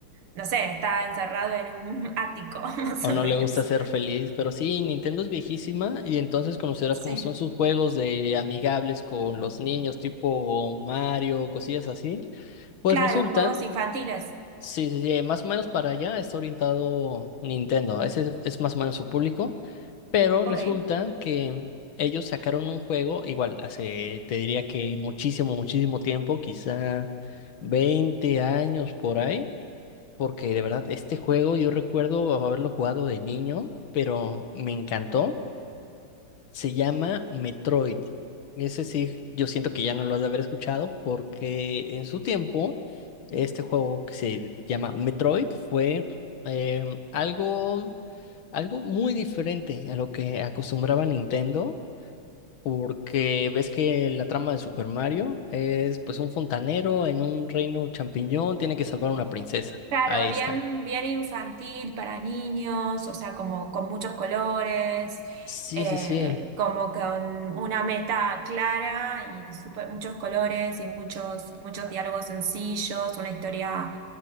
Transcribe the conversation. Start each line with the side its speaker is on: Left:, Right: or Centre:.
Right: no sé, está encerrado en un <laughs> ático, <laughs> más
Left: o
Right: o
Left: no
Right: menos.
Left: le gusta ser feliz, pero sí, Nintendo es viejísima y entonces conocerás
Right: Sí,
Left: cómo son sus juegos de amigables con los niños, tipo Mario, cosillas así. Pues
Right: claro,
Left: resulta,
Right: juegos infantiles.
Left: sí, sí, sí, más o menos para allá está orientado Nintendo. Ese es es más o menos su público. Pero
Right: Ok.
Left: resulta que ellos sacaron un juego, igual, hace, te diría que muchísimo, muchísimo tiempo, quizá 20 años por ahí, porque de verdad este juego yo recuerdo haberlo jugado de niño, pero me encantó. Se llama Metroid. Ese sí, yo siento que ya no lo has de haber escuchado porque en su tiempo este juego que se llama Metroid fue em, algo algo muy diferente a lo que acostumbraba Nintendo, porque ves que la trama de Super Mario es pues un fontanero en un reino champiñón, tiene que salvar a una princesa.
Right: Claro,
Left: Ahí
Right: bien,
Left: está.
Right: bien infantil para niños, o sea, como con muchos colores,
Left: Sí,
Right: eh,
Left: sí, sí.
Right: como con una meta clara y súper- muchos colores y muchos, muchos diálogos sencillos, una historia